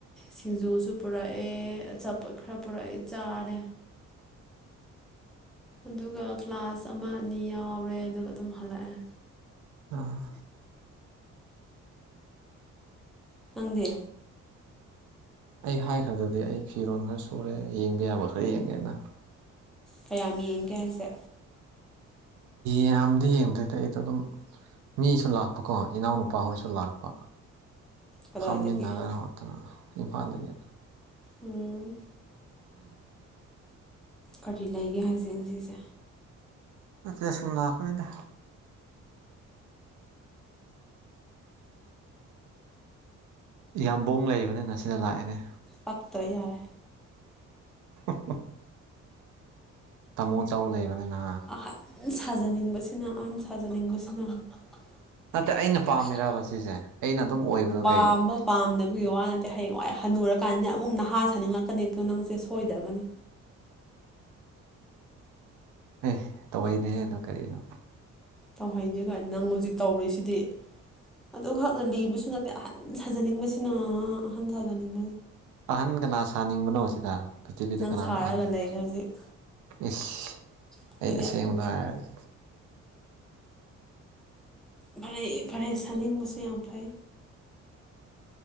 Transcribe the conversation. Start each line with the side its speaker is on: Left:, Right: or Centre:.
Centre: ꯁꯤꯡꯖꯨꯁꯨ ꯄꯨꯔꯛꯑꯦ ꯑꯆꯥꯄꯣꯠ ꯈꯔ ꯄꯨꯔꯛꯑꯦ ꯆꯥꯔꯦ ꯑꯗꯨꯒ ꯀ꯭ꯂꯥꯁ ꯑꯃ ꯑꯅꯤ ꯌꯥꯎꯔꯦ ꯑꯗꯨꯒ ꯑꯗꯨꯝ ꯍꯜꯂꯛꯑꯦ
Right: ꯑꯥ
Centre: ꯅꯪꯗꯤ
Right: ꯑꯩ ꯍꯥꯏꯈ꯭ꯔꯗꯨꯗꯤ ꯑꯩ ꯐꯤꯔꯣꯟ ꯈꯔ ꯁꯨꯔꯦ ꯌꯦꯡꯕ ꯌꯥꯕ ꯈꯔ ꯌꯦꯡꯉꯦꯅ
Centre: ꯀꯌꯥꯝ ꯌꯦꯡꯒꯦ ꯍꯥꯏꯁꯦ
Right: ꯌꯥꯝꯗꯤ ꯌꯦꯡꯗꯦꯗ ꯑꯩꯗꯣ ꯑꯗꯨꯝ ꯃꯤꯁꯨ ꯂꯥꯛꯄꯀꯣ ꯏꯅꯥꯎꯅꯨꯄꯥꯍꯣꯏꯁꯨ ꯂꯥꯛꯄ
Centre: ꯀꯗꯥꯏꯗꯒꯤ
Right: ꯐꯝꯃꯤꯟꯅꯗꯅ ꯅꯠꯇꯅ ꯏꯝꯐꯥꯜꯗꯒꯤ
Centre: ꯎꯝ ꯀꯔꯤ ꯂꯩꯒꯦ ꯍꯥꯏꯁꯦ ꯉꯁꯤꯁꯦ
Right: ꯅꯇꯦ ꯁꯨꯝ ꯂꯥꯛꯄꯅꯤꯗ ꯌꯥꯝꯕꯨꯡ ꯂꯩꯕꯅꯤꯅ ꯁꯤꯗ ꯂꯥꯛꯏꯅꯦ
Centre: ꯄꯥꯛꯇ꯭ꯔꯦ ꯌꯥꯔꯦ
Right: ꯎ ꯇꯥꯃꯣ ꯆꯧ ꯂꯩꯕꯅꯤꯅ
Centre: ꯑꯍꯟ ꯁꯥꯖꯅꯤꯡꯕꯁꯤꯅ ꯑꯍꯟ ꯁꯥꯖꯅꯤꯡꯕꯁꯤꯅ ꯅꯠꯇ
Right: ꯅꯠꯇꯦ ꯄꯥꯝꯃꯤꯔꯕ
Centre: ꯑꯩꯅ
Right: ꯁꯤꯁꯦ ꯑꯩꯅ ꯑꯗꯨꯝ ꯑꯣꯏꯕꯗꯣ
Centre: ꯄꯥꯝꯃꯦ
Right: ꯀꯩ
Centre: ꯄꯥꯝꯗꯅꯕꯒꯤ ꯋꯥ ꯅꯠꯇꯦ ꯍꯌꯦꯡꯋꯥꯏ ꯍꯟꯅꯨꯔꯀꯥꯟꯗꯅꯦ ꯑꯃꯨꯛ ꯅꯍꯥ ꯁꯥꯅꯤꯡꯂꯛꯀꯅꯤ ꯅꯪꯁꯦ ꯁꯣꯏꯗꯕꯅꯤ
Right: ꯍ ꯇꯧꯅꯦ ꯑꯗꯨꯗꯣ ꯀꯔꯤꯒꯤꯅꯣ
Centre: ꯇꯧꯍꯩꯅꯦ ꯀꯥꯏ ꯅꯪ ꯍꯧꯖꯤꯛ ꯇꯧꯔꯔꯤꯁꯤꯗꯤ ꯑꯗꯨꯈꯛꯅ ꯂꯤꯕꯁꯨ ꯅꯠꯇꯦ ꯑꯍꯟ ꯁꯥꯖꯅꯤꯡꯕꯁꯤꯅ ꯑꯍꯟ ꯁꯥꯖꯅꯤꯡ
Right: ꯑꯍꯟ ꯀꯅꯥ ꯁꯥꯅꯤꯡꯕꯅꯣ ꯁꯤꯗ ꯄ꯭ꯔꯤꯊꯤꯕꯤꯗ
Centre: ꯅꯪ
Right: ꯀꯅꯥꯅꯣ
Centre: ꯁꯥꯔꯒ
Right: ꯑꯍꯟ
Centre: ꯂꯩ ꯍꯧꯖꯤꯛ
Right: ꯏꯁ
Centre: ꯑꯩꯈꯣꯏꯗꯤ
Right: ꯑꯩ ꯑꯁꯦꯡꯕꯗ ꯍꯥꯏꯔꯒꯦ
Centre: ꯐꯔꯦ ꯐꯔꯦ ꯁꯥꯅꯤꯡꯕꯁꯨ ꯌꯥꯝ ꯐꯩ